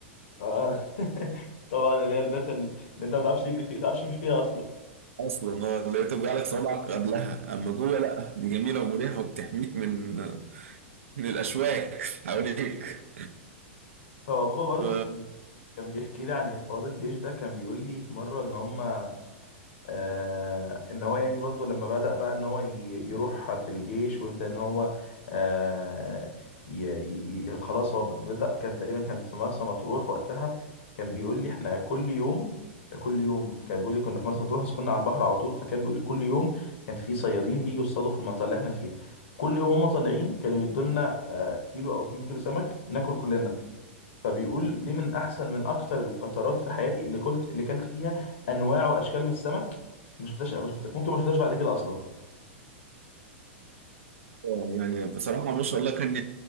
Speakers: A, on the left (about 70°); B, on the right (about 85°).
A: آه. <laughs> طبعا اللي هي البيت اللي انت ما بتعرفش تجري فيه ما بتعرفش تمشي فيها اصلا
B: اصلا اه اللي هي توجع لك صوابعك قبلها اما جوه لا دي جميله ومريحه وبتحميك من من الاشواك حواليك
A: هو بابا برضو
B: ف
A: كان كان بيحكي لي عن حوار الجيش ده كان بيقول لي في مره ان هم آه ان هو يعني برضو لما بدأ بقى ان هو ي- يروح في الجيش ويبدأ ان هو آه ي- ي- ي- خلاص هو بدأ كان تقريبا كان في مرسى مطروح وقتها كان بيقول لي احنا كل يوم كل يوم كان بيقول لي كنا في مرسى مطروح بس كنا على البحر على طول فكان بيقول لي كل يوم كان في صيادين بيجوا يصطادوا في المنطقة اللي احنا فيها كل يوم هم طالعين كانوا يدولنا آه كيلو او اتنين كيلو سمك ناكل كلنا فبيقول دي من احسن من اكتر الفترات في حياتي اللي كلت اللي كلت فيها انواع واشكال من السمك ما شفتهاش ما شفت ممكن ما شفتهاش بعد كده اصلا
B: آه، يعني بصراحة ما شاء الله كان